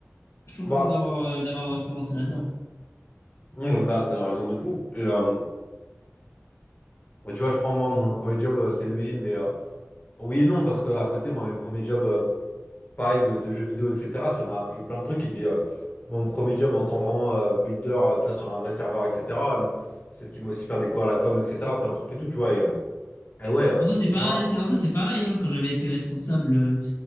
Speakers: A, on the left; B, on the left.
A: Je suis
B: Bah,
A: trop content d'avoir euh, d'avoir euh, commencé là-dedans.
B: Non, t'as, t'as raison de fou. Et, euh, bah, tu vois, je prends moi mon premier job, euh, c'est l'usine, mais euh, oui et non, parce que à côté, moi, mes premiers jobs, euh, pareil, de, de jeux vidéo, etc., ça m'a appris plein de trucs. Et puis, euh, mon premier job en tant vraiment euh, builder, euh, tu vois, sur un vrai serveur, etc., euh, c'est ce qui m'a aussi fait découvrir la com, etc., plein de trucs et tout, tu vois. Et, euh, et ouais, euh,
A: En soi, c'est pareil.
B: moi,
A: c'est- En soi, c'est pareil. hein. quand j'avais été responsable euh,